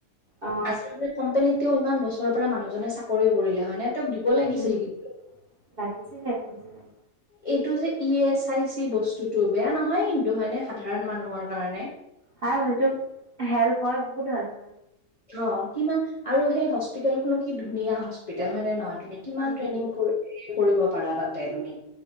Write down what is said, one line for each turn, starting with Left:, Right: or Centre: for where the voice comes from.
Right: অ
Left: আচল কোম্পনীতও ইমান বছৰৰ পৰা মানুহজনে চাকৰি কৰিলে হয় নে? দিব লাগিছিল
Right: উম
Left: কিন্তু।
Right: লাগিছিলে লাগিছিলে
Left: এইটো যে ই এচ আই চি বস্তুতটো বেয়া নহয় কিন্তু হয়নে সাধাৰণ মানুহৰ কাৰণে।
Right: ভাল সেইটো, হেল্প হয় বহুত ভাল হয়।
Left: অ' কিমান, আৰু সেই হস্পিতেলখনো কি ধুনীয়া হস্পিতেল হয় নে নহয়? তুমি কিমান
Right: উম
Left: ট্ৰেইনিং কৰিব পাৰা তাতে তুমি?